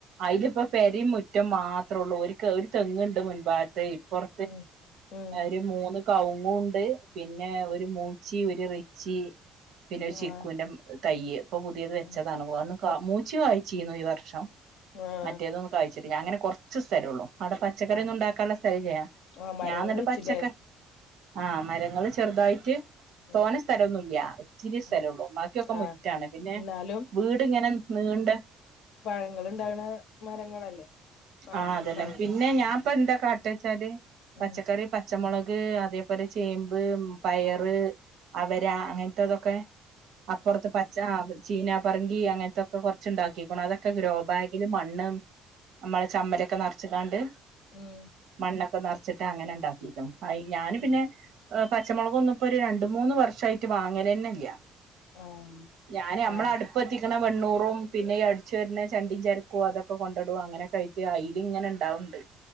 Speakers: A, on the right; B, on the left.
A: അയിലിപ്പോ പേരേം മുറ്റം മാ ത്രൊള്ളൂ ഒരു കെർ തെങ്ങുണ്ട് മുൻ ഭാഗത്ത് ഇപ്പുറ
B: ഉം ഉം
A: ഒരു മൂന്ന് കൗങ്ങുണ്ട് പിന്നെ ഒരു മൂച്ചി ഒരു റിച്ചി പിന്നെ ഒരു ചിക്കുന്റെ
B: ആഹ്
A: <unintelligible> തയ്യ് ഇപ്പൊ പുതിയത് വെച്ചതാണ്.
B: ആഹ്
A: അഒന്ന്
B: ഓക്
A: മൂച്ചി കായിച്ചീന്നു ഈ വർഷം
B: ആഹ്
A: മറ്റേതൊന്നും കാഴിചിട്ടില്ല ഞാന് അങ്ങനെ കൊറ് ച്ച് സ്ഥലെ ഒള്ളു അവിടെ പച്ചക്കറി
B: ആഹ്
A: ഒന്നും ഇണ്ടാക്കാൻള്ള സ്ഥലം ഇല്ല.
B: ആഹ് മരങ്ങള്
A: ഞാൻ ഇന്നട്ട്
B: വെച്ചില്ലേ
A: പച്ചക്ക ആഹ് മരങ്ങള് ചെറുതായിട്ട് തോണ
B: ഉം
A: സ്ഥലൊ ഒന്നുല്യാ ഇച്ചിരി സ്ഥലൊള്ളൂ
B: ഉം
A: ബാക്കി ഒക്കെ
B: ആഹ്
A: മുറ്റാണ് പിന്നെ
B: എന്നാലും
A: വീട് ഇങ്ങനെ നീണ്ടെ
B: പഴങ്ങള് ഇണ്ടാക്ണ മരങ്ങളല്ലേ പഴങ്ങളുണ്ടാവൂലോ
A: ആഹ് അതെല്ലെ. പിന്നെ ഞാൻ ഇപ്പ എന്താ കാട്ട് വെച്ചാല് പച്ചക്കറി
B: ഉം
A: പച്ചമുളക് അതേപോലെ ചേമ്പ് പയറ്
B: ഉം
A: അവര അങ്ങൻത്തെതൊക്കെ അപ്പൊറത്ത് പച്ച, ചീനാപറങ്കി, അങ്ങൻത്തൊക്കെ കൊറ്ച്ച് ഇണ്ടാക്കിക്ക്ണു. അതൊക്കെ ഗ്രോ ബാഗിൽ മണ്ണ് നമ്മളെ ചമ്മലൊക്കെ നെറ്ച്ചിക്കാണ്ട്
B: ഉം
A: മണ്ണൊക്കെ നെറ്ച്ചിട്ട് അങ്ങനെ ഇണ്ടാക്കിക്ക്ണ്. അയ്ൽ ഞാന്
B: ഉം
A: പിന്നെ പച്ചുളക് ഒന്നു ഇപ്പോ ഒരു രണ്ടു മൂന്ന് വർഷായിട്ട് വാങ്ങലെന്നെഇല്ല
B: ആഹ്
A: ഞാന് ഞമ്മള
B: ആഹ്
A: അടു ഇപ്പത്തിക്ക്ണ വെണ്ണൂറും പിന്നെ ഈ അട്ച്വാര്ന്ന ചണ്ടീ ചരക്കു അതൊക്കെ കൊണ്ടെ ഇടു അങ്ങനെക്കയി അയ്ല് ഇങ്ങനെ ഇണ്ടാവ്ണ്ട്